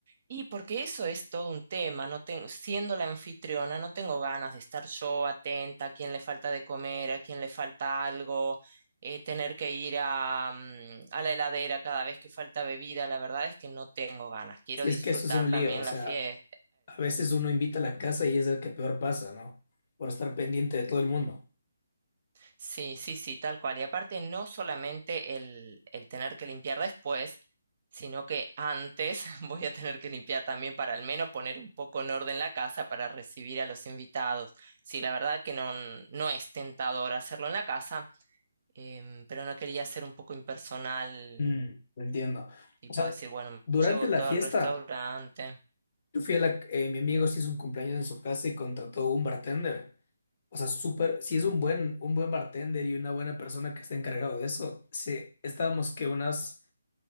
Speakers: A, on the right; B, on the left.
A: Y porque eso es todo un tema, no tengo, siendo la anfitriona, no tengo ganas de estar yo atenta a quién le falta de comer, a quién le falta algo, eh, tener que ir a, mm, a la heladera cada vez que falta bebida, la verdad es que no tengo ganas, quiero
B: Y
A: disfrutar
B: es que eso es un
A: también
B: lío, o sea,
A: la fiesta,
B: a veces uno invita a la casa y es el que peor pasa, ¿no? Por estar pendiente de todo el mundo.
A: Sí, sí, sí, tal cual. Y aparte, no solamente el, el tener que limpiar después, sino que antes <laughs> voy a tener que limpiar también para al menos poner un poco en orden la casa para recibir a los invitados. Sí, la verdad que no, no es tentador hacerlo en la casa, em, pero no quería ser un poco impersonal,
B: Mm, entiendo.
A: tipo
B: O sea,
A: decir, bueno,
B: durante
A: llevo
B: la
A: todo
B: fiesta,
A: al restaurante.
B: yo fui a la, eh, mi amigo se hizo un cumpleaños en su casa y contrató un bartender. O sea, súper, si es un buen, un buen bartender y una buena persona que está encargado de eso, sí, estábamos que unas